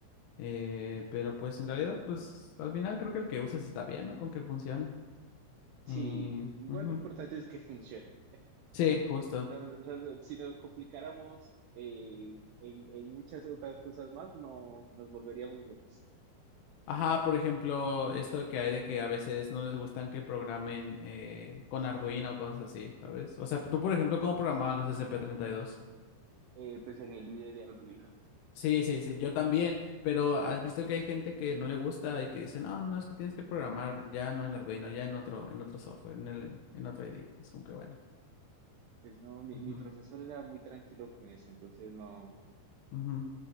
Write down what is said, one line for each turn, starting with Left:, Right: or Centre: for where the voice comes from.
Left: Eh, pero pues en realidad, pues al final creo que el que uses está bien, ¿no? Con que funcione.
Right: Sí,
Left: Y,
Right: igual
Left: ujú.
Right: lo importante es que funcione.
Left: Sí, justo.
Right: No- no- no, si nos complicáramos eh, en, en muchas otras cosas más, no nos volveríamos locos.
Left: Ajá, por ejemplo, esto que hay de que a veces no les gustan que programen eh, con Arduino o cosas así, ¿sabes? O sea, tú, por ejemplo, ¿cómo programabas los S P treinta y dos.
Right: eh, pues en el IDE de Arduino.
Left: Sí, sí, sí, yo también, pero has visto que hay gente que no le gusta y que dice, no, no, no, es que tienes que programar ya no en Arduino, ya en otro, en otro software, en el, en otro ID. Es como que bueno.
Right: Pues no, mi,
Left: Ujú,
Right: mi profesor era muy tranquilo con eso, entonces no,
Left: ujú,